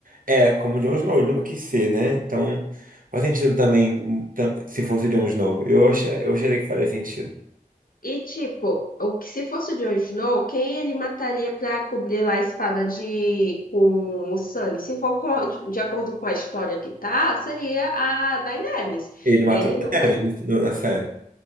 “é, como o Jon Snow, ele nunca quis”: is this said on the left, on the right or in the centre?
Right